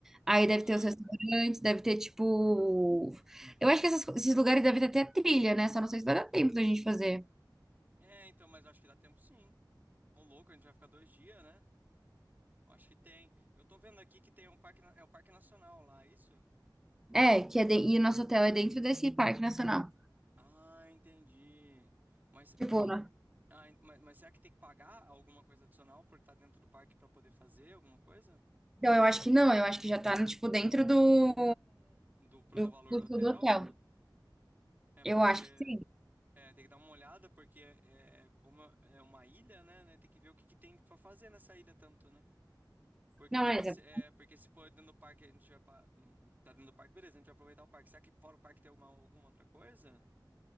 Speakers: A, in the centre; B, on the right.
A: Aí
B: Aham.
A: deve ter os restaurantes, deve ter tipo. Eu acho que essas co- esses lugares devem ter até trilha, né? Só não sei se vai dar tempo da gente fazer.
B: É, então, mas eu acho que dá tempo sim. Ô louco, a gente vai ficar dois dias, né? Eu acho que tem. Eu tô vendo aqui que tem um parque, na- é o Parque Nacional lá, é isso?
A: É, que é de... e o nosso hotel é dentro desse parque nacional.
B: Ah, entendi. Mas
A: Tipo, né?
B: Ah, en- mas, mas será que tem que pagar alguma coisa adicional por estar dentro do parque para poder fazer alguma coisa?
A: Então eu acho que não, eu acho que já tá, tipo, dentro do,
B: Do, pro-
A: do
B: do valor
A: custo
B: do hotel?
A: do hotel.
B: É
A: Eu
B: porque.
A: acho que sim.
B: É, tem que dar uma olhada, porque é, como é uma ilha, né, né? Tem que ver o que, que tem pra fazer nessa ilha tanto, né? Porque,
A: Não,
B: tipo,
A: é
B: assim,
A: exato.
B: é, porque se for dentro do parque, a gente vai. pa- não- Tá dentro do parque, beleza, a gente vai aproveitar o parque. Será que fora o parque tem alguma, alguma outra coisa?